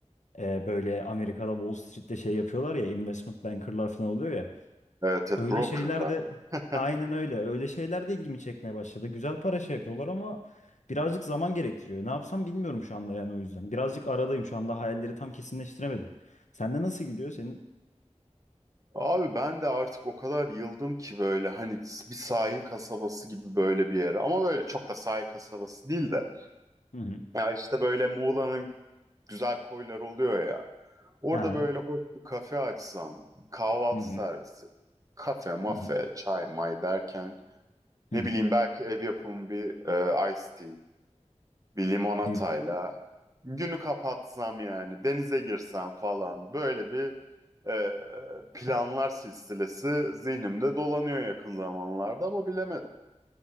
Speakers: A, on the left; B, on the right.
A: e, böyle Amerika'da Wall Street'te şey yapıyorlar ya investment bankerlar falan oluyor ya.
B: Evet, evet
A: Öyle
B: brokerla.
A: şeyler de
B: <laughs>
A: aynen öyle. Öyle şeyler de ilgimi çekmeye başladı. Güzel para şey yapıyorlar ama birazcık zaman gerektiriyor. Ne yapsam bilmiyorum şu anda yani o yüzden. Birazcık aradayım şu anda hayalleri tam kesinleştiremedim. Sende nasıl gidiyor senin?
B: Abi ben de artık o kadar yıldım ki böyle hani bir sahil kasabası gibi böyle bir yere. Ama böyle çok da sahil kasabası değil de.
A: Hı hı.
B: Ya işte böyle Muğla'nın güzel koyları oluyor ya. Orada
A: Hı hı.
B: böyle hoş bir kafe açsam, kahvaltı
A: Hı hı.
B: servisi, kafe, mafe,
A: Hı hı.
B: çay, may derken
A: Hı
B: ne
A: hı.
B: bileyim belki ev yapımı bir e, iced tea. Bir limonatayla
A: Ne güzel.
B: günü kapatsam yani denize girsem falan böyle bir e, planlar silsilesi zihnimde dolanıyor yakın zamanlarda ama bilemedim.